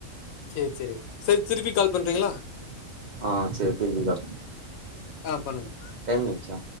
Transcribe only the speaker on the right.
ஆஹ் செர் செரி <inaudible>
டைம் ஆச்சா